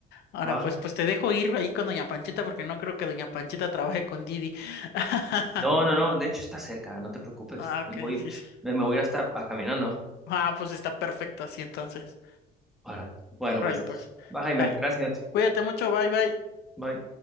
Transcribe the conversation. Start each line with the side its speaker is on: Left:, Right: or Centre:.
Left: Ahora
Centre: ¿va?
Left: pues, pues te dejo ir ahí con Doña Panchita porque no creo que Doña Panchita trabaje con Didi. <laughs>
Centre: No, no, no, de hecho está cerca, no te preocupes.
Left: Ah, ok,
Centre: Voy,
Left: sí, sí.
Centre: me me voy a ir hasta a caminando.
Left: Ah, pues está perfecto así entonces.
Centre: Ahora, bueno,
Left: Órale,
Centre: pues,
Left: pues.
Centre: va Jaime,
Left: Dale.
Centre: gracias.
Left: Cuídate mucho, bye bye.
Centre: Bye.